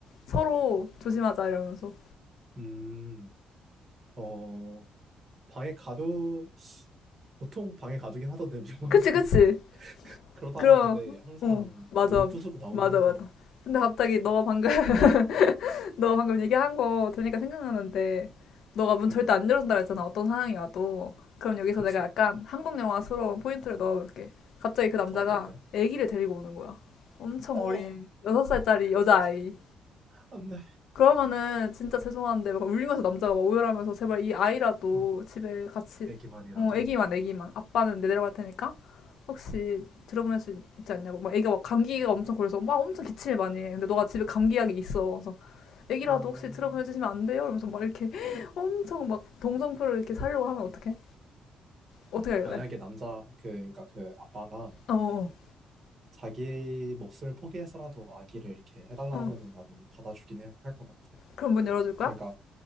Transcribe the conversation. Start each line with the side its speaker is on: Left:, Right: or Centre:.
Left: 서로 조심하자 이러면서.
Right: 음, 어, 방에 가도, 보통 방에 가두긴 하던데, 밀망도.
Left: 그치 그치.
Right: <laughs> 그러다가
Left: 그럼,
Right: 근데 항상
Left: 어, 맞아.
Right: 문을 부수고 나오긴
Left: 맞아,
Right: 하더라.
Left: 맞아. 근데 갑자기 너가 방금, <laughs> 너가 방금 얘기한 거 들으니까 생각나는데, 너가 문 절대
Right: 음,
Left: 안 열어준다 했잖아 어떤 상황이어도. 그럼 여기서
Right: 그치.
Left: 내가 약간 한국 영화스러운 포인트를 넣어볼게. 갑자기 그 남자가
Right: 어, 뭔데?
Left: 아기를 데리고 오는 거야. 엄청
Right: 어,
Left: 어린, 6살짜리 여자아이.
Right: 에, 안 돼.
Left: 그러면은 진짜 죄송한데 막 울면서 남자가 막 오열하면서 제발 이 아이라도
Right: 어,
Left: 집에 같이,
Right: 애기만이라도.
Left: 어, 아기만, 아기만. 아빠는 내려갈 테니까 혹시 들어보낼 수 있지 않냐고. 막 애기가 막 감기가 엄청 걸려서 막 엄청 기침을 많이 해. 근데 너가 집에 감기약이 있어. 그래서 애기라도
Right: 어,
Left: 혹시 들어보내 주시면 안 돼요? 이러면서 막 이렇게 <gasps> <laughs> 엄청 막 동정표를 이렇게 살려고 하면 어떡해? 어떻게 할래?
Right: 만약에 남자, 그, 그니까 그 아빠가
Left: 어, 어,
Right: 자기 몫을 포기해서라도 아기를 이렇게 해달라
Left: 어.
Right: 하면은 나는 받아주긴 할 것 같아.
Left: 그럼 문 열어줄 거야?
Right: 그러니까